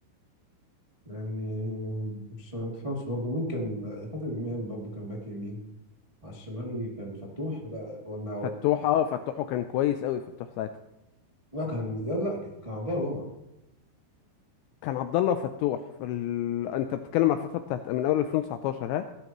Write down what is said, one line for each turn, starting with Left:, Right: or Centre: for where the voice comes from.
Right: يعني مش ما تفهمش برضه مين كان حازم امام برضه كان باك يمين على الشمال كان فتوح لا ولا
Left: فتوح اه فتوحه كان كويس قوي فتوح ساعتها
Right: لا كان لا لا كان عبد الله جمعة
Left: كان عبد الله وفتوح في ال... انت بتتكلم على الفترة بتاعت من أول 2019 ها